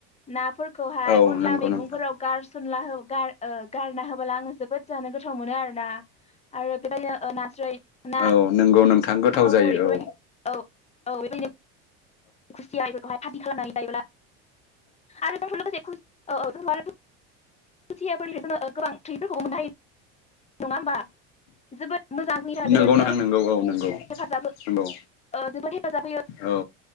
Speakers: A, on the left (about 20°); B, on the left (about 70°).
A: नाफोर खौहाय
B: औ
A: अनला
B: नंगौ
A: मैगंफोराव
B: नोंथां
A: गारसनला होब गार ओ गारना होबला आङो जोबोद जानो गोथाव मोनो आरो
B: औ
A: <unintelligible>
B: नंगौ नोंथां गोथाव
A: मागुर
B: जायो
A: बेफोरबायदि
B: औ
A: औ औ बेबायदि खुसिया बेफोरखौहाय खादि खालामनानै जायोब्ला आरो बे लोगोसे औ औ <unintelligible> <unintelligible>
B: नंगौ नोंथां नंगौ औ नंगौ
A: हेफाजाब हो
B: नंगौ
A: ओ जोबोद हेफाजाब होयो
B: औ